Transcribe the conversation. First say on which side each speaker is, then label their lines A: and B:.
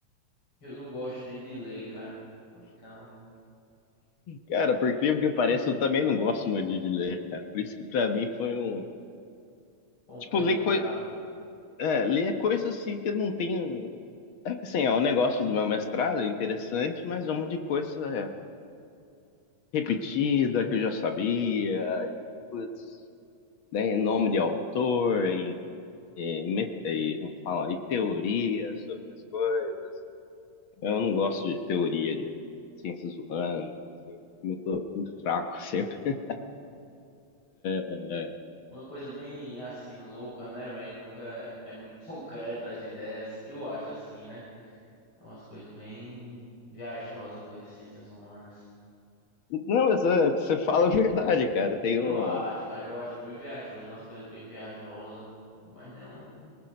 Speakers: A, on the left; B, on the left.
A: eu não gosto nem de lei, cara. Então,
B: cara, por incrível que pareça, eu também não gosto muito de ler, cara. Por isso que pra mim foi um.
A: foi
B: Tipo,
A: um pé
B: ler,
A: no
B: coi...
A: saco.
B: é, ler coisas assim que eu não tenho. É que assim, é o negócio do meu mestrado, é interessante, mas é um monte de coisa é, repetida que eu já sabia, putz, né, em nome de autor, e, e, met- e, como fala, e teoria sobre as coisas. Eu não gosto de teoria de ciências humanas, assim, muito, muito fraco <laughs> sempre. É.
A: Uma coisa bem assim louca, né, velho? Nunca é é muito <laughs> concreta as ideias. Eu acho assim, né? É umas coisas bem viajosas coisas as ciências humanas.
B: Não, mas é, você fala é verdade, cara. Tem
A: Eu
B: um.
A: acho, cara, eu acho bem viajoso, é umas coisas bem viajosas, mas não